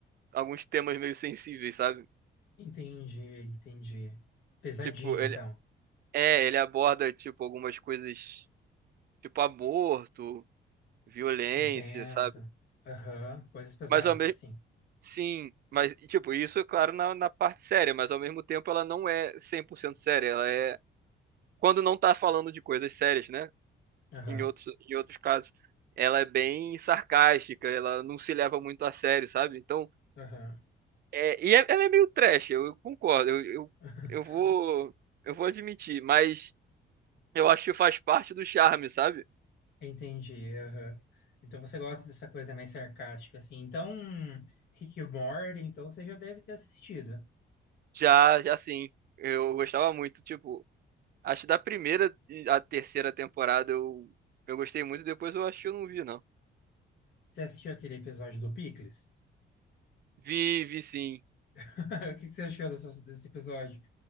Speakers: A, on the right; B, on the left.
A: alguns temas meio sensíveis, sabe?
B: Entendi, entendi. Pesadinho,
A: Tipo, ele,
B: então.
A: é, ele aborda, tipo, algumas coisas, tipo aborto, violência,
B: Intenso.
A: sabe?
B: Aham, coisas pesadas,
A: Mas ao mesmo
B: assim.
A: Sim, mas, tipo, isso é claro na, na parte séria, mas ao mesmo tempo ela não é 100% séria. Ela é. Quando não tá falando de coisas sérias, né?
B: Aham,
A: Em outros, em outros casos, ela é bem sarcástica, ela não se leva muito a sério, sabe? Então,
B: aham.
A: é, e é- ela é meio trash, eu, eu concordo, eu, eu,
B: <laughs>
A: eu vou, eu vou admitir, mas eu acho que faz parte do charme, sabe?
B: Entendi, aham. Então você gosta dessa coisa mais sarcástica, assim. Então, Rick e Morty, então você já deve ter assistido.
A: Já, já sim, eu gostava muito, tipo, acho que da primeira à terceira temporada eu, eu gostei muito, depois eu acho que eu não vi, não.
B: Você assistiu aquele episódio do Pickles?
A: Vi, vi sim.
B: <laughs> O que que você achou dessa- desse episódio?